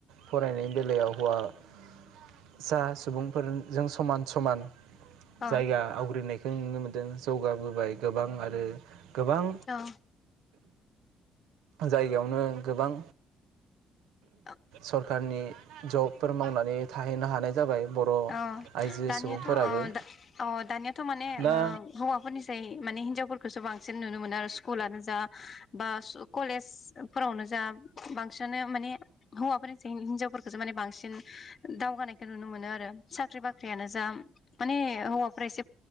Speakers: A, on the right; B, on the left.
A: फरायनायनि बेलायाव हौवासा सुबुंफोरजों समान समान
B: औ
A: जायगा आवग्रिनाय जों नुनो मोन्दों जौगाबोबाय गोबां आरो गोबां
B: औ
A: जायगायावनो गोबां।
B: औ
A: सरकारनि जब। फोर मावनानै थाहैनो हानाय जाबाय। बर'
B: ओ
A: आइजो
B: दानियाथ
A: सुबुंफोराबो
B: ओ दा ओ दानियाथ माने
A: दा
B: ओ हौवाफोरनिसो <unintelligible> माने हिनजावफोरखौसो बांसिन नुनो मोनो आरो स्कुलानो जा बा कलेज फोरावनो जा बांसिनानो माने हौवाफोरसाय हिनजावफोरखौसो माने बांसिन दावगानायखौ नुनो मोनो आरो साख्रि बाख्रियानो जा माने हौवाफोरा एसे